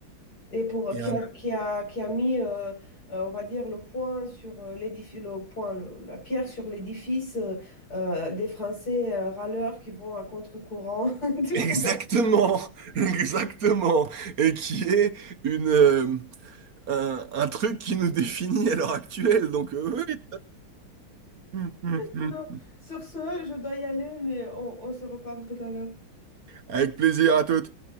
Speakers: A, on the left; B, on the right.
A: Et pour, euh,
B: Et
A: qui
B: un-
A: a, qui
B: <laughs>
A: a, qui a mis, euh, euh, on va dire, le point sur euh, l'édifice, le point, le- la pierre sur l'édifice euh, euh, des Français euh, râleurs qui vont à contre-courant. <laughs> Du
B: Exactement,
A: coup,
B: <laughs> exactement. Et qui est une, euh, un, un truc qui nous définit à l'heure actuelle. Donc, euh, oui. <laughs>
A: Non. Sur ce, je dois y aller, mais on on se reparle tout à l'heure.
B: Avec plaisir à toutes.